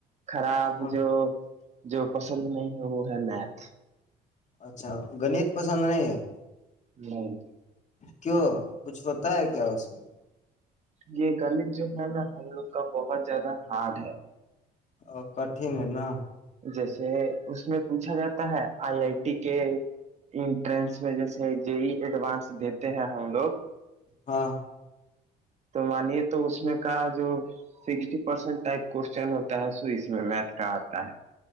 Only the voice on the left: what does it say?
ہاں
اچھا گنیت پسند نہیں ہے
کیوں کچھ پتا ہے کیا اس میں
ا کٹھن ہے نا
ہاں